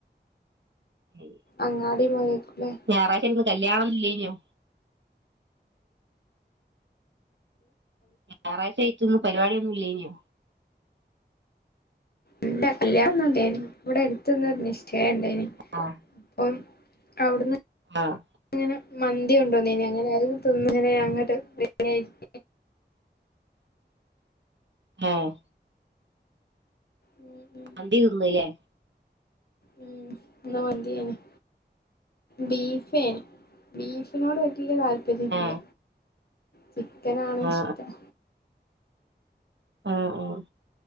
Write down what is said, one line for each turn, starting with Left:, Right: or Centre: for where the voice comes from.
Right: ഉം
Left: അങ്ങാടി <unintelligible> ലെ
Right: ഞായറഴ്ച <unintelligible> കല്യാണൊന്നും ഇല്ലേയിനൊ ഞായറാഴ്ച ആയിറ്റ് ഇന്ന് പരിപവാടിയൊന്നും ഇല്ലേയ്നോ
Left: ഇല്ല കല്യാണൊന്നും ഇല്ലേയ്നിം ഇവിടെ എടുത്ത് ഇന്നൊരു നിശ്ചയ ഇണ്ടേയ്നി
Right: ആഹ്
Left: അപ്പം അവിടുന്ന്
Right: ആഹ്
Left: അങ്ങനെ മന്തി കൊണ്ടൊന്നീനിം അങ്ങനെ അത് തിന്ന് ഇങ്ങനെ അങ്ങട്ട് <unintelligible>
Right: ആഹ്
Left: ഉം ഉം
Right: മന്തി തിന്ന് ലെ
Left: ഉം ഇന്ന് മന്തി ആയിനിം ബീഫെ ബീഫിനോട് വെല്ല്യാ താല്പര്യല്ല
Right: ആ
Left: ചിക്കനാണ്
Right: ആ
Left: ഇഷ്ടം
Right: ആഹ് ആഹ്